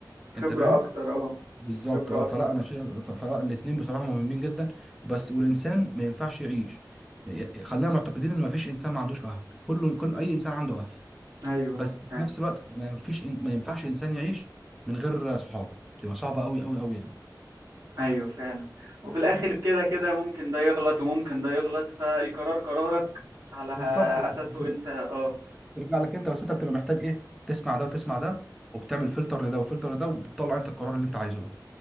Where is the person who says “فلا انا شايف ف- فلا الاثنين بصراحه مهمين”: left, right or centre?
Centre